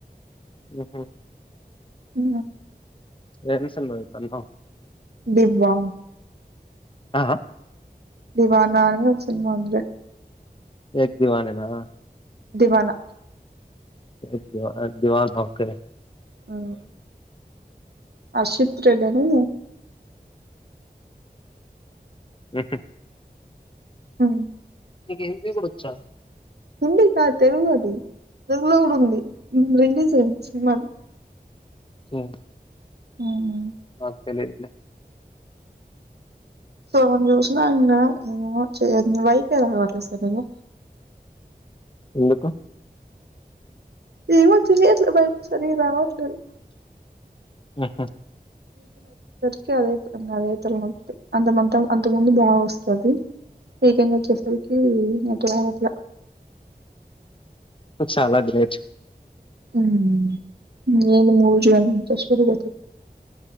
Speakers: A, on the left (about 30°); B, on the right (about 80°).
A: ఉహు
B: ఉ
A: ఎమ్ సినిమా చూస్తానవ్
B: దీవ్వన్
A: ఆ
B: దివనా అని ఒక సినిమా ఉందిలే
A: ఏక్ దివానినా
B: దివానా
A: ఏక్ దోవన ఏక్ దోవన ఓకె
B: హ అషిత్ర రెడను
A: హుహు
B: ఆ
A: నీకు హిందీ కూడా వచ్చా
B: హిందీ కాదు తెలుగు అది తెలుగులో కూడా ఉంది మ రిలీజ్ అయింది సినిమా
A: ఉమ్
B: ఉహు
A: నాకు తెలిదలే
B: సగం చూసిన నిన్న వైఫై రావట్లేదు సరిగ్గా
A: ఎందుకు?
B: ఇమో తెలియదు సరిగ్గా రావట్లేదు
A: ఉహు
B: కి అదే అదే తలనొప్పి అంతమంత అంతకుముందు బాగా వస్తది. వీకెండ్ వచ్చేసరికి అట్లా అట్లా.
A: చాలా గ్రేట్.
B: ఉమ్ ఏ మూజు అని చూసుకుంటూ బతుకుతున్